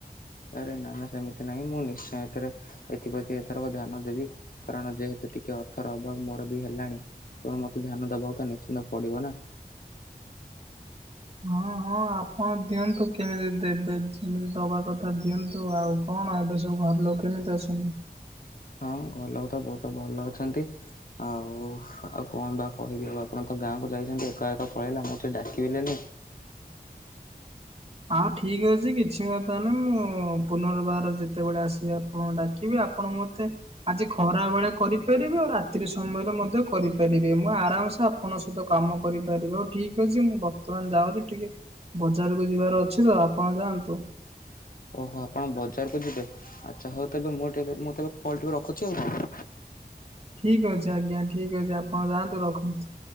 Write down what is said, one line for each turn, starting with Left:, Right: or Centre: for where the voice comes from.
Left: ଆରେ ନା ନା ସେମିତି ନାହିଁ ମୁଁ ନିଶ୍ଚୟ ଏଥରେ ଏଥିପ୍ରତି ଏଥରକ ଧ୍ୟ୍ୟନ ଦେବି। କାରଣ ଯେହେତୁ ଟିକେ ଅର୍ଥର ଅଭାବ ମୋର ବି ହେଲାଣି ତେଣୁ ମତେ ଧ୍ୟ୍ୟନ ଦବାକୁ ତ ନିଶ୍ଚିନ୍ତ ପଡିବ ନା।
Right: ହଁ ହଁ ଆପଣ ଦିଅନ୍ତୁ କେମିତି ଦେବେ ଯେମିତି ଦବା କଥା ଦିଅନ୍ତୁ ଆଉ। କଣ ଏବେ ସବୁ ଘର ଲୋକ କେମିତି ଅସଛନ୍ତି।
Left: ହଁ ଘର ଲୋକ ତ ବହୁତ ଭଲ ଅଛନ୍ତି। ଆଉ ଆଉ କଣ ବା କହିବି ଆଉ ଆପଣ ତ ଗାଁକୁ ଯାଇଛନ୍ତି ଏକା ଏକା ପଳେଇଲେ ଅମକୁ ଟିକେ ଡାକିବିଲେନି।
Right: ହଁ ଠିକ ଅଛି କିଛି କଥା ନାହିଁ ମୁଁ ପୁନର୍ବାର ଯେତେବେଳେ ଆସିବି ଆପ ଆପଣ ଡାକିବି ଆପଣ ମୋତେ ଆଜି ଖରା ବେଳେ କରିପାରିବେ ଆଉ ରାତି ସମୟରେ ମଧ୍ୟ କରିପାରିବେ ମୁଁ ଆରାମସେ ଆପ ଆପଣଙ୍କ ସହିତ କାମ କରିପାରିବ ଠିକ୍ ଅଛି ମୁଁ ବର୍ତ୍ତମାନ ଯାଉଛି ଟିକେ ବଜାରକୁୁ ଯିବାର ଅଛି ତ ଆପଣ ଯାଆନ୍ତୁ।
Left: ଓହୋ ଆପଣ ବଜାରକୁ ଯିବେ। ଆଚ୍ଛା ହଉ ତେବେ ମୁଁ ଟେ ମୁଁ ତେବେ କଲଟିକୁ ରଖୁଛି ଆଉ କଣ।
Right: ଠିକ ଅଛି ଆଜ୍ଞା ଠିକ ଅଛି ଆପଣ ଯାଆନ୍ତୁ ରଖନ୍ତୁ।